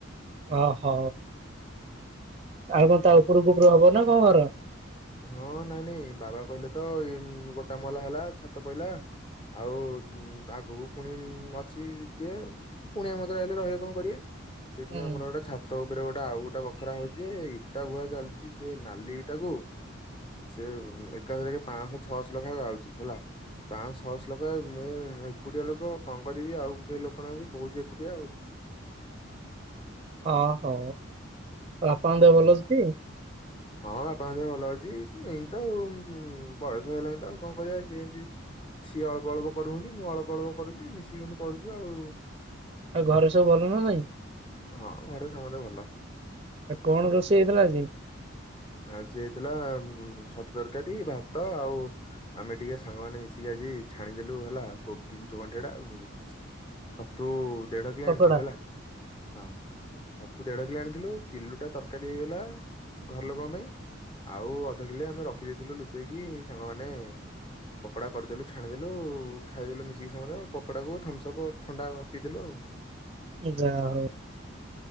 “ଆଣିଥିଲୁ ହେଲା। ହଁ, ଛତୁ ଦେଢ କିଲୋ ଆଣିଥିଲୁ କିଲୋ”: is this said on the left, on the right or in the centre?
Left